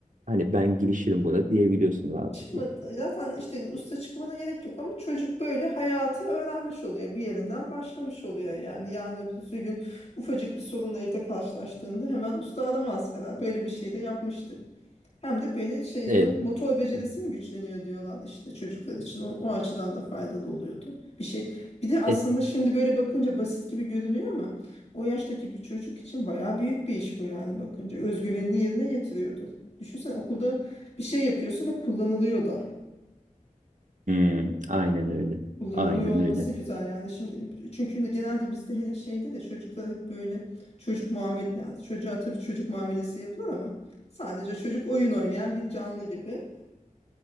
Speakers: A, on the right; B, on the left.
A: hani ben girişirim buna diyebiliyorsun rahatlıkla.
B: Çıkmadı. Zaten işte usta çıkmana gerek yok ama çocuk böyle hayatı öğrenmiş oluyor. Bir yerinden başlamış oluyor yani. Yarın öbür gün ufacık bir sorunla evde karşılaştığında hemen usta aramaz herhalde. Böyle bir şey de yapmıştık. Hem de böyle şeyin
A: Evet.
B: motor becerisi
A: Hı
B: mi güçleniyor diyorlar işte çocuklar için. O, o açıdan da faydalı oluyordu. Bir şey. Bir de aslında
A: Et.
B: şimdi böyle bakınca basit gibi görünüyor ama o yaştaki bir çocuk için bayağı büyük bir iş bu yani bakınca. Özgüvenini yerine getiriyordu. Düşünsene okulda bir şey yapıyorsun ve kullanılıyor da.
A: Hmm, aynen öyle.
B: Kullanılıyor
A: Aynen
B: olması
A: öyle.
B: güzel yani şimdi çünkü genelde bizde hele şeyde de çocuklara hep böyle çocuk muamele yani çocuğa tabii çocuk muamelesi yapılır ama sadece çocuk oyun oynayan bir canlı gibi.